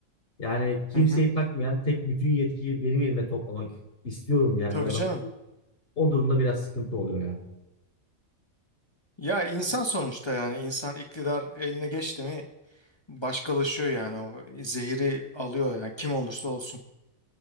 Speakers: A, on the left; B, on the left.
A: Yani kimseyi
B: Hı hı.
A: takmayan tek bütün yetkiyi benim elime toplamak istiyorum diyen
B: Tabii
A: bir adam.
B: canım.
A: O durumda biraz sıkıntı oluyor ya.
B: Ya insan sonuçta yani insan iktidar eline geçti mi başkalaşıyor yani o zehiri alıyor yani kim olursa olsun.